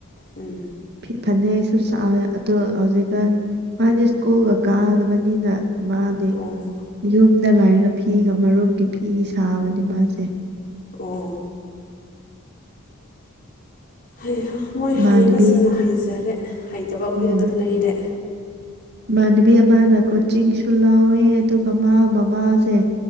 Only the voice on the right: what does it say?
ꯐꯤ ꯐꯅꯦꯛꯁꯨ ꯁꯥꯢꯌꯦ ꯑꯗꯣ ꯍꯧꯖꯤꯛꯀꯥꯟ ꯃꯥꯗꯤ ꯁ꯭ꯀꯨꯜꯒ ꯀꯥꯒꯗꯕꯅꯤꯅ ꯃꯥꯗꯤ
ꯌꯨꯝꯗ ꯂꯩꯔꯒ ꯐꯤꯒ ꯃꯔꯨꯞꯀꯤ ꯐꯤ ꯁꯥꯕꯅꯦ ꯃꯥꯁꯦ
ꯏꯃꯥꯟꯅꯕꯤ
ꯍꯣꯏ
ꯏꯃꯥꯟꯅꯕꯤ ꯑꯃꯅ ꯀꯣꯆꯤꯡꯁꯨ ꯂꯥꯎꯋꯦ ꯑꯗꯨꯒ ꯃꯥ ꯃꯃꯥꯁꯦ